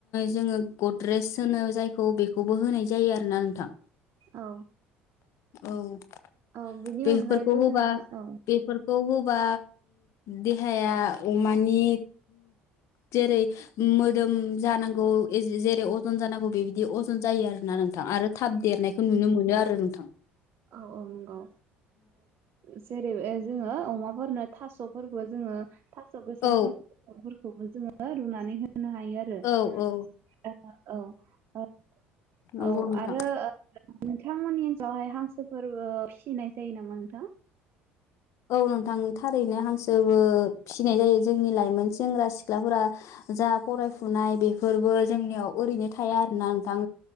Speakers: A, on the left (about 50°); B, on the right (about 45°).
A: जोङो गद्रेज होनो जायखौ बेखौ बो होनाय जायो आरोना नोंथां
B: औ
A: औ।
B: औ बिनि
A: बेफोरखौ
B: अनगायैबो
A: होबा
B: जोङो औ
A: बेफोरखौ होब बा देहायाअमानि जेरै मोदोम जानांगौ जेरै अजन जानांगौ बेबायदि अजन। जायो आरो ना नोंथां आरो थाब देरनायखौ नुनो मोनो आरो। नोंथां।
B: औ औ नंगौ जेरै जोङो अमा हरनो थास'फोरखौ जोङो थास' गोसोम
A: औ
B: थास'रफोरखौबो जोङो रुनानै हो। होनो हायो आरो
A: औ औ
B: औ
A: नंगौ
B: औ
A: नोंथां।
B: आरो नोंथमोननि हिनसावहाय हांसोफोर फिसिनाय जायो नामा नोंथां?
A: औ नोंथां थारैनो हांसोबो फिसिनाय जायो जोंनि लाइमोन सेंग्रा सिख्लाफोरा जा फरायफुनाय बेफोरबो जोंनियाव ओरैनो थाया आरोना नोंथां।